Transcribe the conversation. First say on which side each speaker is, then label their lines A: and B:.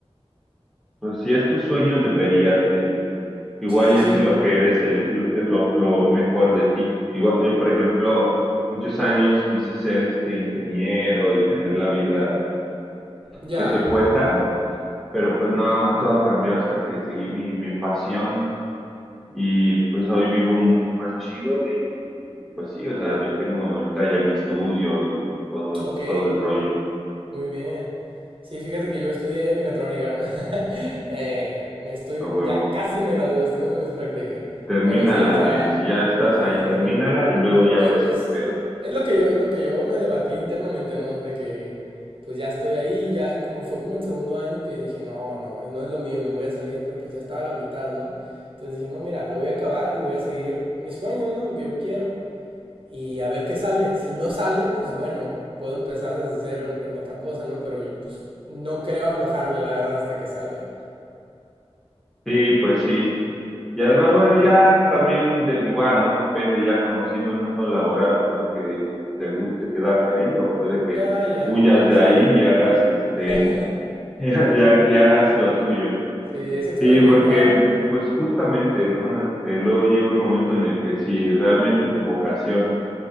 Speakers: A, in the centre; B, on the right.
A: Pues si es tu sueño, deberías de. Igual
B: Sí,
A: y
B: sí,
A: es en lo que eres el, el- lo, lo mejor de ti. Igual, yo, por ejemplo, muchos años quise ser este ingeniero y tener la vida
B: ya.
A: que te cuentan, pero pues no, todo cambió hasta que seguí mi, mi pasión y pues hoy vivo mucho más chido y, y pues sí, o sea, yo tengo ahorita ya mi estudio y todo,
B: Ok,
A: todo el rollo.
B: muy bien. Sí, fíjate que yo estudié mecatrónica, ¿no? <laughs> Eh, me estoy,
A: A huevo.
B: ya casi me gradué, estoy haciendo mis prácticas.
A: Termínala,
B: Pero sí, o sea,
A: men. Si ya estás
B: sí,
A: ahí, termínala
B: sí.
A: y luego ya
B: E-
A: ves
B: Es,
A: qué pedo.
B: es lo que yo, lo que yo me debatí internamente, ¿no? De que, pues ya estoy ahí, ya, como fue como en segundo año que dije, no, no, no es lo mío, me voy a salir, pero pues ya estaba a la mitad, ¿no? Entonces dije, no, mira, lo voy a acabar y voy a seguir mis sueños, ¿no? Lo que yo quiero y a ver qué sale. Si no sale, pues bueno, puedo empezar desde cero en, en otra cosa, ¿no? Pero pues no creo aflojarle, la verdad, hasta que salga.
A: Sí, pues sí. Y además, bueno, ya también de, igual, ¿no? Depende, ya conociendo el mundo laboral, puede que te guste quedarte ahí o puede que
B: Ya, ya.
A: huyas
B: Sí.
A: de ahí y hagas este,
B: <laughs>
A: <laughs> y, ha- y hagas lo tuyo.
B: Sí, es experimentar.
A: Sí, porque pues justamente, ¿no? Este, luego llega un momento en el que si realmente tu vocación